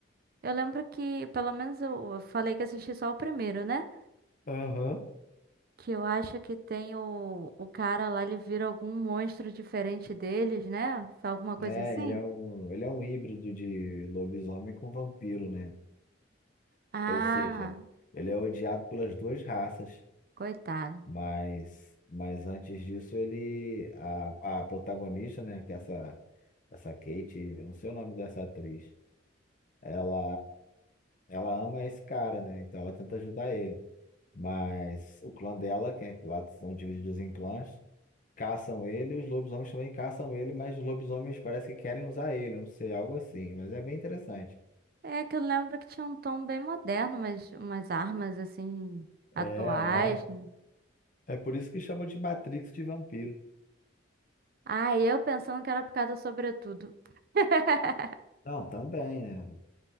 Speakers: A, on the right; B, on the left.
A: Eu lembro que, pelo menos eu eu falei que assisti só o primeiro, né?
B: Aham.
A: Que eu acho que tem o, o cara lá, ele vira algum monstro diferente deles, né? Alguma coisa
B: né?
A: assim?
B: Ele é um, ele é um híbrido de lobisomem com vampiro, né?
A: Ah,
B: Ou seja, ele é odiado pelas duas raças,
A: coitado.
B: mas, mas antes disso ele, a, a protagonista, né? Que é essa, essa Kate, eu não sei o nome dessa atriz, ela, ela ama esse cara, né? Então ela tenta ajudar ele. Mas o clã dela, que é, lá são divididos em clãs, caçam ele, os lobisomens também caçam ele, mas os lobisomens parece que querem usar ele, eu não sei, algo assim, mas é bem interessante.
A: É que eu lembro que tinha um tom bem moderno, mas umas armas assim, atuais,
B: É, é.
A: né?
B: É por isso que chamam de Matrix de vampiro.
A: Ah, e eu pensando que era por causa do sobretudo. <laughs>
B: Não, também, né?